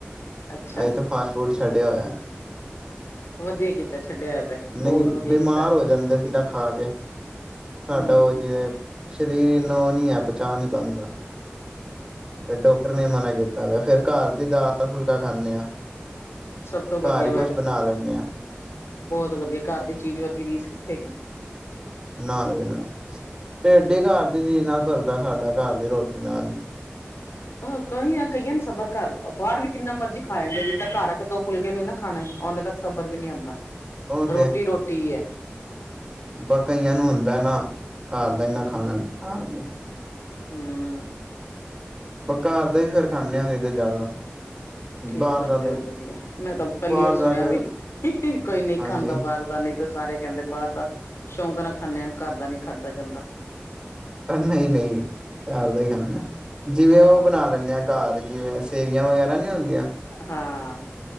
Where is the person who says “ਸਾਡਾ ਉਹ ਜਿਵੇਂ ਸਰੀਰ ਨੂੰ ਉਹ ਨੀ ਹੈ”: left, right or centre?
Right